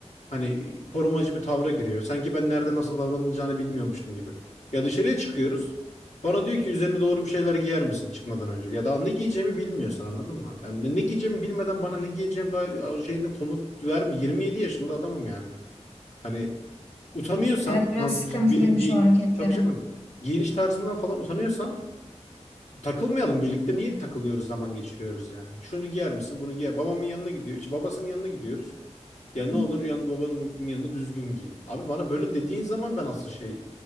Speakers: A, on the left; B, on the left.
A: hani korumacı bir tavra giriyor. Sanki ben nerede nasıl davranılacağını bilmiyormuşum gibi. Ya dışarıya çıkıyoruz. Bana diyor ki üzerine doğru bir şeyler giyer misin çıkmadan önce? Ya daha ne giyeceğimi bilmiyorsun anladın mı? Yani ne ne giyeceğimi bilmeden bana ne giyeceğim daha şeyinde komut verme. 27 yaşında adamım yani. Hani utanıyorsan
B: Evet biraz
A: nasıl
B: sıkıntılıymış
A: gi- benim gi
B: o hareketleri.
A: tabii canım giyiniş tarzından falan utanıyorsan Takılmayalım birlikte niye takılıyoruz zaman geçiriyoruz yani. Şunu giyer misin bunu giyer. Babamın yanına gidiyor. işte babasının yanına gidiyoruz. Ya ne
B: Hı.
A: olur yan, babanın yanında düzgün giyin. Abi bana böyle dediğin zaman ben asıl şey